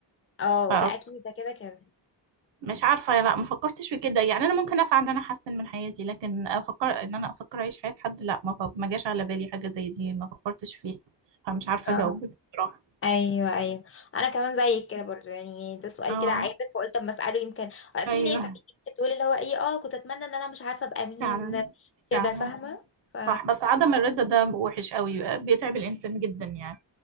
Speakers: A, on the left (about 30°); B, on the right (about 70°).
A: اه
B: ف
A: ده اكيد ده كده كده
B: مش عارفة لا ما فكرتش في كده يعني انا ممكن اسعى ان انا احسن من حياتي لكن افكر ان انا افكر اعيش حياة حد لا ما ف- ما جاش على بالي حاجة زي دي ما فكرتش فيها فمش عارفة
A: اه
B: اجاوبك بصراحة
A: ايوه ايوه انا كمان زيك كده برضو يعني ده سؤال
B: اه
A: كده عابر فقلت اما اساله يمكن
B: ايوه
A: في ناس عادي بتقول اللي هو ايه اه كنت اتمنى ان انا مش عارفه ابقى مين
B: فعلا
A: كده
B: فعلا
A: فاهمه ف
B: صح بس عدم الرضا ده وحش قوي بيتعب الإنسان جدا يعني